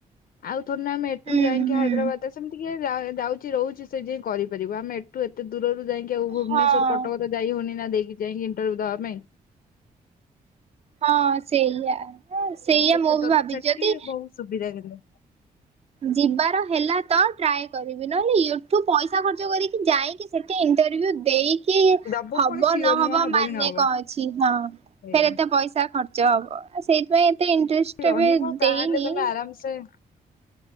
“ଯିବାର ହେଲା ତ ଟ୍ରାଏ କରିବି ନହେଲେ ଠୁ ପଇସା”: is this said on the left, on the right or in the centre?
Right